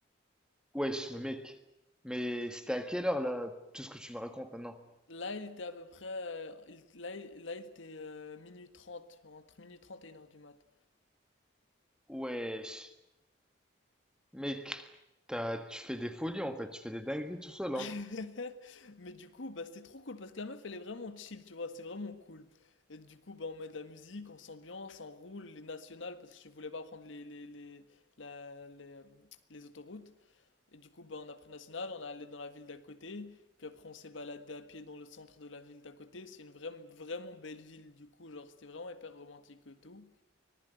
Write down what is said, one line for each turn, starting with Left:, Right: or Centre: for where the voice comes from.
Centre: wesh, mais mec. Mais c'était à quelle heure là, tout ce que tu me racontes maintenant?
Left: Là, il était à peu près, euh, il- là, il- là, il était euh, minuit 30, entre minuit 30 et une heure du mat.
Centre: Wesh, mec, t'as, tu fais des folies en fait, tu fais des dingueries tout seul, hein.
Left: <laughs> Mais du coup, bah, c'était trop cool parce que la meuf, elle est vraiment chill, tu vois, c'est vraiment cool. Et du coup, bah, on met de la musique, on s'ambiance, on roule les nationales parce que je voulais pas prendre les, les, les, la- les, euh, les autoroutes. Et du coup, bah, on a pris national, on est allé dans la ville d'à côté. Puis après, on s'est baladé à pied dans le centre de la ville d'à côté. C'est une vraie, vraiment belle ville, du coup, genre, c'était vraiment hyper romantique et tout.